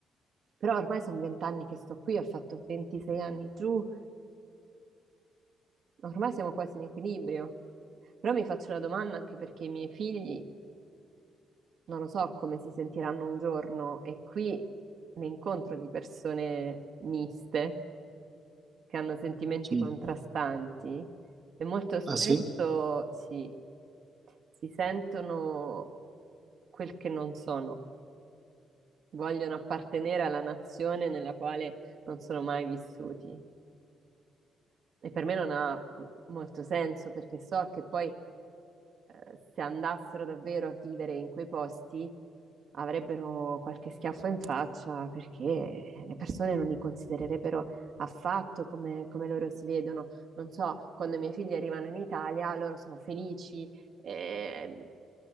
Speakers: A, on the right (about 60°); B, on the right (about 40°).
A: Però ormai sono vent'anni che sto qui, ho fatto 26 anni giù, ormai siamo quasi in equilibrio. Però mi faccio la domanda anche perché i miei figli non lo so come si sentiranno un giorno e qui ne incontro di persone miste che hanno sentimenti
B: sì.
A: contrastanti e molto spesso
B: Ah sì?
A: si, si sentono quel che non sono, vogliono appartenere alla nazione nella quale non sono mai vissuti. E per me non ha molto senso perché so che poi eh, se andassero davvero a vivere in quei posti, avrebbero qualche schiaffo in faccia perché le persone non li considererebbero affatto come, come loro si vedono. Non so, quando i miei figli arrivano in Italia, loro sono felici, eh,